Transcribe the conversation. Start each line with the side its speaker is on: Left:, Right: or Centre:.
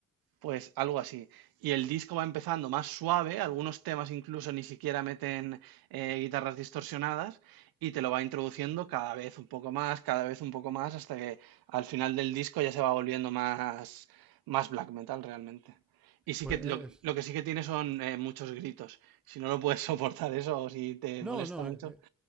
Right: Pues algo así. Y el disco va empezando más suave, algunos temas incluso ni siquiera meten eh, guitarras distorsionadas, y te lo va introduciendo cada vez un poco más, cada vez un poco más, hasta que al final del disco ya se va volviendo más, más black metal realmente. Y sí
Centre: pues
Right: que
Centre: eh,
Right: lo,
Centre: es...
Right: lo que sí que tiene son eh, muchos gritos. Si no lo puedes <laughs> soportar eso o si te
Centre: No,
Right: molesta
Centre: no,
Right: mucho.
Centre: e-